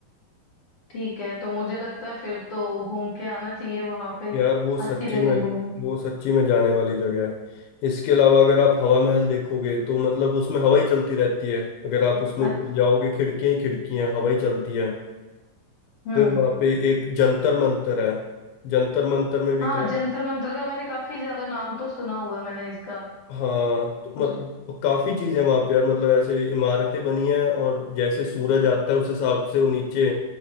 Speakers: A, on the left; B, on the left.
A: ठीक है तो मुझे लगता है फिर तो घूम के आना चाहिए वहां पे
B: यार वो सच्ची
A: अच्छी जगह
B: में
A: घूमने में।
B: वो सच्ची में जाने वाली जगह है इसके अलावा अगर आप हवा महल देखोगे तो मतलब उसमें हवा ही चलती रहती है अगर आप उसमें
A: अच्छा
B: ऊपर जाओगे खिड़कियां ही खिड़कियां हैं, हवा ही चलती है
A: हम्म
B: फिर वहाँ पे एक जंतर मंतर है जंतर मंतर में भी
A: हाँ
B: काफी
A: जंतर मंतर का मैंने काफी ज्यादा नाम तो सुना हुआ मैंने इसका
B: हाँ तो
A: पर-
B: मतलब काफी चीजें वहाँ पे यार मतलब ऐसे इमारतें बनी हैं और जैसे सूरज आता है उस हिसाब से वो नीचे